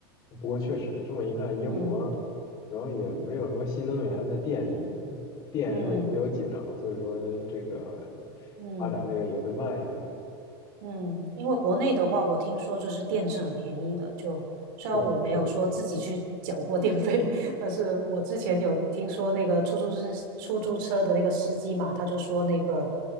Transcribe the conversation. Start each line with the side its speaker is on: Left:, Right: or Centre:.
Left: 不过确实这么一看，英国
Right: 嗯
Left: 主要也没有什么新能源的电力，它电是不是也比较紧张？
Right: 嗯
Left: 所以说这个
Right: 嗯
Left: 发展这个也会慢一点。
Right: 嗯，因为国内的话，我听说就是电是很便宜的，就虽然我没有说自己去缴过电费，
Left: 对，是的，
Right: <laughs> 但是我之前有听说那个出租车出租车的那个司机嘛，他就说那个